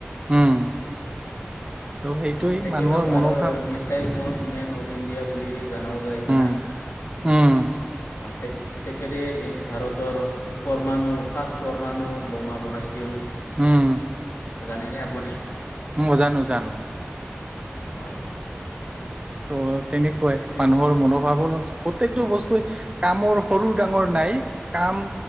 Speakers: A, on the right; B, on the left.
A: উম। ত' সেইটোৱেই
B: অ', তেখেতলোক
A: মানুহৰ মনোভাৱ।
B: আৰু মিচাইল মেন অফ ইণ্ডিয়া বুলি জনাওঁ যায় হয়
A: উম,
B: না।
A: উম
B: তে তেখেতে ভাৰতৰ পৰমাণু ফাচ পৰমাণু বোমা বনাইছিল।
A: উম
B: জানেনে আপুনি
A: উম জানো জানো।
B: হয়।
A: ত' তেনেকুৱাই
B: সেই
A: মানুহৰ মনোভাৱৰো। প্ৰত্যেকটো বস্তু কামৰ সৰু ডাঙৰ নাই কাম